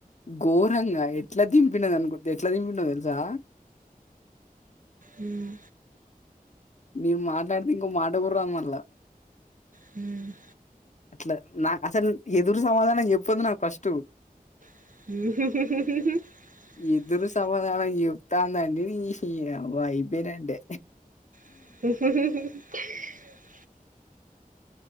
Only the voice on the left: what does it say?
గో గా ఎట్లా దింపినది అనుకు ఎట్లా దింపో తెలుసా
నేను మాట్లాడితే ఇంకో మాట కూడ రాదు మళ్ళా
అట్లా నా అసలు ఎదురు సమాధానం చెప్పదు నాకు ఫస్ట్
ఎదురు సమాధానం చెప్తాందంటే నీ యవ్వ అయిపోయినట్టే